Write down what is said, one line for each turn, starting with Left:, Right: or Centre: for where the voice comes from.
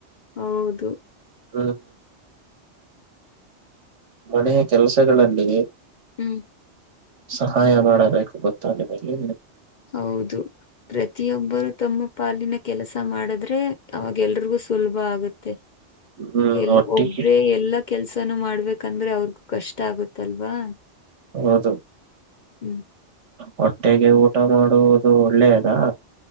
Left: ಹೌದು
Right: ಹ್ಮ್ ಮನೆಯ ಕೆಲಸಗಳಲ್ಲಿ.
Left: ಹ್ಮ್
Right: ಸಹಾಯ ಮಾಡಬೇಕು ಗೊತ್ತಾ ನಿಮಗೆ.
Left: ಹೌದು ಪ್ರತಿಯೊಬ್ಬರು ತಮ್ಮ ಪಾಲಿನ ಕೆಲಸ ಮಾಡಿದ್ರೆ ಅವಾಗ ಎಲ್ರಿಗೂ ಸುಲಭ ಆಗುತ್ತೆ.
Right: ಹ್ಮ್
Left: ಎಲ್ಲ
Right: ಒಟ್ಟಿಗೆ
Left: ಒಬ್ರೆ ಎಲ್ಲ. ಕೆಲ್ಸನ ಮಾಡ್ಬೇಕಂದ್ರೆ ಅವ್ರಗೂ ಕಷ್ಟ ಆಗುತ್ತಲ್ವಾ.
Right: ಹೌದು
Left: ಹ್ಞೂ
Right: ಹೊಟ್ಟೆಗೆ ಊಟ ಮಾಡುವುದು ಒಳ್ಳೆದಾ.